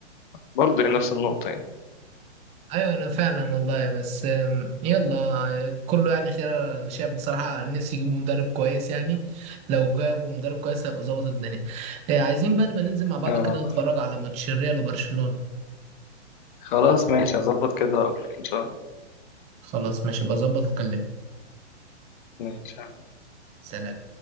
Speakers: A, on the left; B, on the right.
A: برضه يعني نفس النقطة يعني
B: ايوه انا فعلا والله بس آم، يلا كله يعني خير انا شايف بصراحه نفسي يجيبوا مدرب كويس يعني لو جابوا مدرب كويس هيبقى ظابط الدنيا آه، عايزين بقى نبقى ننزل مع بعض
A: آه
B: كده نتفرج على ماتش الريال وبرشلونه
A: خلاص ماشي هظبط كده وأقولك إن شاء الله
B: خلاص ماشي بظبط واكلمك
A: ماشي
B: سلام